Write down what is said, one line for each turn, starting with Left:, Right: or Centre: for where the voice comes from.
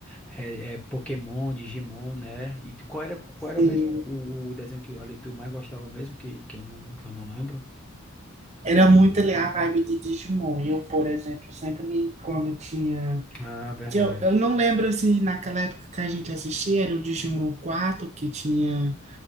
Centre: é, é, Pokémon, Digimon, né? E tu- qual era, qual era
Right: Sim.
Centre: mesmo o, o desenho que ali tu mais gostava mesmo, que, que eu não, que eu não lembro?
Right: Era muito ali a vibe de Digimon. Eu, por exemplo, sempre quando tinha
Centre: Ah, verdade.
Right: que eu, eu não lembro se naquela época que a gente assistia era o Digimon quatro que tinha